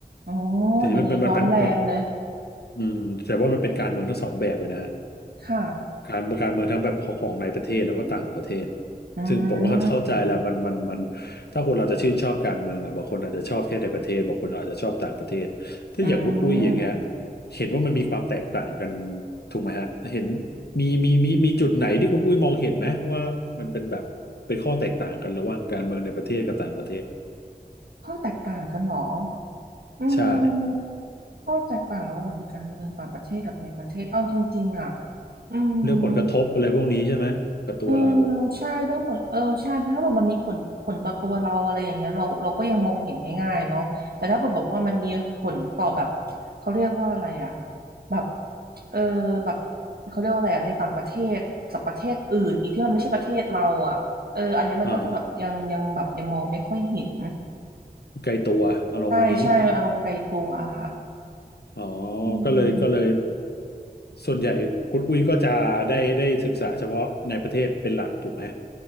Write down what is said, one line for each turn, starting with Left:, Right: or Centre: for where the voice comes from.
Right: อ๋อ
Left: ทีนี้มันเป็นมันเป็นมัน
Right: เดี๋ยวนี้ร้อนแรงเลย
Left: อืมแต่ว่ามันเป็นการเมืองทั้งสองแบบเลยนะฮะ
Right: ค่ะ
Left: การการเมืองทั้งแบบของในประเทศแล้วก็ต่างประเทศ
Right: อื
Left: ซึ่งผมก็เข้าใจแหละมันมันมัน
Right: ม
Left: ถ้าคนเราจะชื่นชอบการเมืองอ่ะบางคนอาจจะชอบแค่ในประเทศบางคนอาจจะชอบต่างประเทศถ้าอย่างคุณอุ้ยอย่างเงี้ย
Right: อืม
Left: เห็นว่ามันมีความแตกต่างกันถูกไหมฮะเห็นมีมีมีมีจุดไหนที่คุณอุ้ยมองเห็นไหมว่ามันเป็นแบบเป็นข้อแตกต่างกันระหว่างการเมืองในประเทศกับต่างประเทศ
Right: ข้อแตกต่างกันเหรอ อื
Left: ใช่
Right: มข้อแตกต่างระหว่างการเมืองต่างประเทศกับในประเทศ เอาจริงๆอ่ะอื
Left: เรื่องผลกระทบอะไรพวกนี้ใช่ไหมกับตัวเรา
Right: ม อืมใช่เรื่องผลเออใช่ถ้าแบบมันมีผลผลต่อตัวเราอะไรอย่างเงี้ยเราเราก็ยังมองเห็นง่ายๆเนาะแต่ถ้าแบบบอกว่ามันมีผลต่อแบบเขาเรียกว่าอะไรอะแบบเออแบบเขาเรียกว่าอะไรอะในต่างประเทศกับประเทศอื่นอีกที่มันไม่ใช่ประเทศเราอะเอออันเนี้ยมันก็จะแบบยังยังแบบยังมองไม่ค่อยเห็น
Left: อ่า ไกลตัวอารมณ์มาณนี้
Right: ใช่ใช่อารมณ์ไกลตัวค่ะ
Left: อ๋อ
Right: อืม
Left: ก็เลยก็เลยส่วนใหญ่คุณอุ้ยก็จะได้ได้ศึกษาเฉพาะในประเทศเป็นหลักถูกไหม